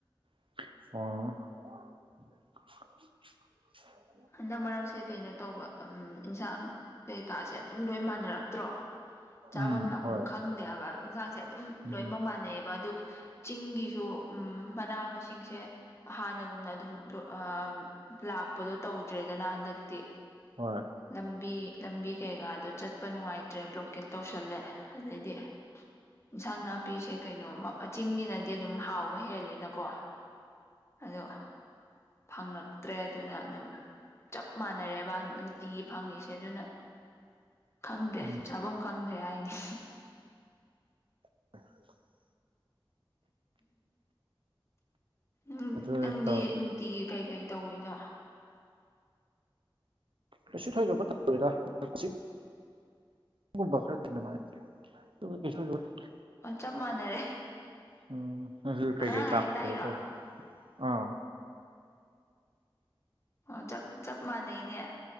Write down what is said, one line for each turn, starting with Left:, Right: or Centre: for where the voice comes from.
Right: ꯑꯣ
Left: ꯍꯟꯗꯛ ꯃꯔꯛꯁꯦ ꯀꯩꯅꯣ ꯇꯧꯕ ꯑꯝ ꯏꯟꯁꯥꯡ ꯀꯩꯀꯥꯁꯦ ꯑꯗꯨꯝ ꯂꯣꯢ ꯃꯥꯟꯅꯔꯛꯇ꯭ꯔꯣ ꯆꯥꯕꯝ
Right: ꯎꯝ
Left: ꯂꯥꯛꯐꯝ
Right: ꯍꯣꯏ
Left: ꯈꯪꯗꯦ ꯍꯥꯢꯕ ꯏꯟꯖꯥꯡꯖꯦ ꯑꯗꯨꯝ
Right: ꯎꯝ
Left: ꯂꯣꯢꯃꯛ ꯃꯥꯟꯅꯩꯑꯦꯕ ꯑꯗꯨ ꯆꯤꯡꯒꯤꯁꯨ ꯎꯝ ꯃꯅꯥ ꯃꯁꯤꯡꯁꯦ ꯍꯟꯅꯒꯨꯝꯅ ꯑꯗꯨꯝ ꯂꫭꯏ ꯑꯥꯝ ꯂꯥꯛꯄꯗꯣ ꯇꯧꯗ꯭ꯔꯦꯗꯅ ꯍꯟꯗꯛꯇꯤ
Right: ꯍꯣꯢ
Left: ꯂꯝꯕꯤ ꯂꯝꯕꯤ ꯀꯩꯀꯥꯗꯣ ꯆꯠꯄ ꯅꯨꯡꯉꯥꯢꯇ꯭ꯔꯦ ꯕ꯭ꯂꯣꯀꯦꯠ ꯇꯧꯁꯜꯂꯦ ꯑꯗꯩꯗꯤ <inaudible> ꯏꯟꯁꯥꯡ ꯅꯥꯄꯤꯁꯦ ꯀꯩꯅꯣꯃ ꯆꯤꯡꯒꯤꯅꯗꯤ ꯑꯗꯨꯝ ꯍꯥꯎꯕ ꯍꯦꯜꯂꯦꯅꯀꯣ ꯑꯗꯣ ꯐꯪꯉꯛꯇ꯭ꯔꯦ ꯑꯗꯨꯅ ꯑꯗꯨꯝ ꯆꯞ ꯃꯥꯟꯅꯔꯦꯕ ꯅꯨꯡꯇꯤꯒꯤ ꯐꯪꯉꯤꯁꯦ ꯑꯗꯨꯅ ꯈꯪꯗ꯭ꯔꯦ
Right: ꯎꯝ
Left: ꯆꯥꯕꯝ ꯈꯪꯗ꯭ꯔꯦ ꯍꯥꯏꯗꯤ
Right: <inaudible>
Left: ꯎꯝ
Right: ꯑꯗꯨ
Left: ꯅꯪꯗꯤ
Right: ꯇꯧ
Left: ꯅꯨꯡ ꯇꯤꯒꯤ ꯀꯩ ꯀꯩ ꯇꯧꯋꯤꯅꯣ
Right: ꯀꯩꯁꯨ ꯊꯣꯢꯗꯣꯛꯄ ꯇꯧꯗꯦꯗ ꯀꯣꯆꯤꯡ ꯒꯨꯝꯕ ꯈꯔ ꯑꯗꯨꯃꯥꯏ ꯑꯇꫭꯞꯄꯥ ꯀꯩꯁꯨ <unintelligible>
Left: ꯑꯣ ꯆꯞ ꯃꯥꯟꯅꯔꯦ
Right: ꯎꯝ ꯑꯗꯨ ꯀꯩꯀꯩ
Left: ꯑꯉꯥꯡ ꯂꯥꯏꯔꯤꯛ
Right: ꯇꯥꯛꯄ
Left: ꯇꯥꯛꯏꯔꯣ
Right: ꯀꯩꯅꫭ ꯇꯧꯒꯦ ꯑꯥ
Left: ꯑꯣ ꯆꯞ ꯆꯞ ꯃꯥꯟꯅꯩꯅꯦ